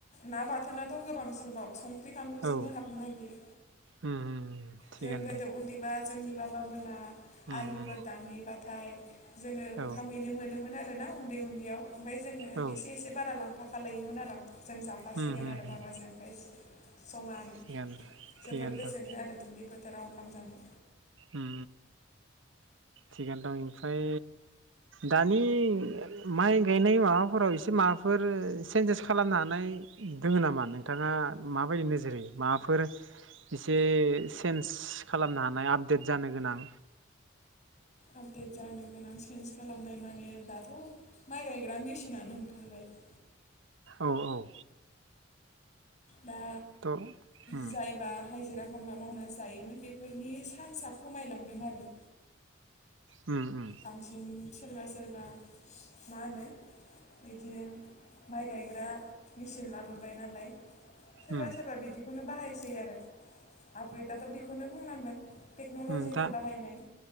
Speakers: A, on the left; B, on the right.
A: ना बाथोनथ' गोबांसोबाव संख्रि बानलुजोंनो
B: औ
A: हाबनो नागिरो।
B: उम उम थिगानो
A: जों गोदो
B: दे
A: उन्दैबा जोंनि बाबामोना
B: उम
A: आलिफोर
B: उम
A: दानहैबा जोङो
B: औ
A: ओंखाम हैैनो मोनोमोन आरो ना उन्दै उन्दैयाव ओमफय जोङो
B: औ
A: एसे एसे बारा लां फाखालायोमोन आरों जों जाफासिगोन
B: उम उम
A: आरो बाबाजों ओमफाय जि ज'मानो
B: थिगानो
A: जोबोर
B: थिगानो
A: गोजोनो
B: दं
A: आरो दुब्लि बोथोराव ओंखाम जानो।
B: उम थिगानो दं ओमफ्राय दानि माइ गायनाय माबाफोराव एसे माबाफोर चेन्जेस खालामनो हानाय दोङो नामा नोंथाङा माबायदि नोजोर होयो माबाफोर इसे चेन्ज खालामनो हानाय आपडेट जानो गोनां।
A: आपडेट जानो गोनां सेन्स खालामनाय माने दाथ' माइ गायग्रा मेसिनानो ओंखारबाय ‌ <inaudible>
B: औ औ
A: दा
B: थ' उम
A: जायबा हाजिरा खामला मावना जायोमोन बेफोरनि सान्सायआ खमायलांदों आरो
B: उम उम
A: बांसिन सोरबा सोरबा मा होनो बिदिनो माइ गायग्रा मेचिन लाबोबाय नालाय सोरबा
B: उम
A: सोरबा बिदिखौनो बाहायसै आरो आपग्रेडाथ' बेखौनो बुंनांगोन टेक्न'ल'जिनि
B: ओम दा
A: बाहायनाय